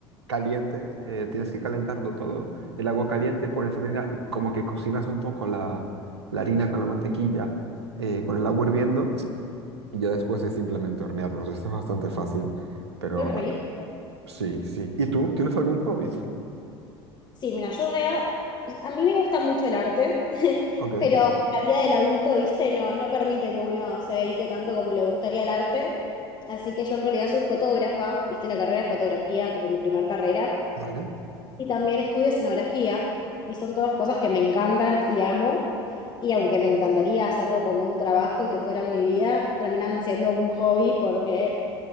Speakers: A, on the right; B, on the left.
A: caliente. eh, tienes que calentarlo todo. El agua caliente, pones harina y como que cocinas un poco la, la harina con la mantequilla, eh, con el agua hirviendo. Y ya después es simplemente hornearlos. Esto es bastante fácil. Pero
B: qué rico.
A: Sí, sí. ¿Y tú? ¿Tienes algún hobby?
B: Sí, mira, yo en realidad, a mí me gusta mucho el arte, <laughs>
A: Ok,
B: pero la vida del adulto, viste, no, no permite que uno se dedique tanto como le gustaría el arte. Así que yo en realidad soy fotógrafa, hice la carrera de fotografía como mi primer carrera,
A: vale.
B: y también estudio escenografía, y son todas cosas que me encantan y amo, y aunque me encantaría hacerlo como un trabajo y que fueran mi vida, terminan siendo un hobby porque